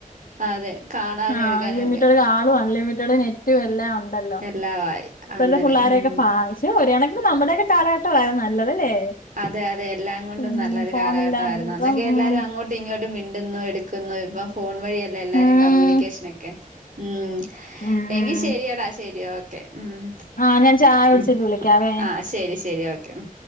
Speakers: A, on the right (about 65°); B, on the left (about 75°).
A: അതെ കാണാനും
B: ആ
A: എടുക്കാനും
B: അൺലിമിറ്റഡ്
A: ഒക്കെ
B: കാളും അൺലിമിറ്റഡ് നെറ്റും എല്ലാണ്ടല്ലോ
A: എല്ലാമായി
B: ഇപ്പഴത്തെപുള്ളാരൊക്കേ
A: അങ്ങനെ ഉം
B: പാ- ഒര്കണക്കിന് നമ്മുടെയൊക്കെ കാലഘട്ടവായിരുന്നു നല്ലതല്ലേ?
A: അതെ അതെ എല്ലാംകൊണ്ടും
B: ഉം
A: നല്ലൊരു
B: ഫോണില്ലാതെ
A: കാലഘട്ടായിരുന്നു
B: ഇപ്പം
A: അന്നൊക്കെ എല്ലാരും
B: ഉം
A: അങ്ങോട്ടും ഇങ്ങോട്ടും- മിണ്ടുന്നു എടുക്കുന്നു ഇപ്പം ഫോൺ വഴിയല്ലേ എല്ലാരും
B: ഉം
A: കമ്മ്യൂണിക്കേഷനൊക്കേ ഉം
B: ഉം
A: എങ്കി
B: ഉം
A: ശെരിയടാ ശെരി ഓ ഉം
B: ആഹ് ഞാൻ ചായ കുടിച്ചിട്ട്
A: ഉം
B: വിളിക്കാവേ
A: ആ ശെരി ശെരി ഓക്കെ ഉം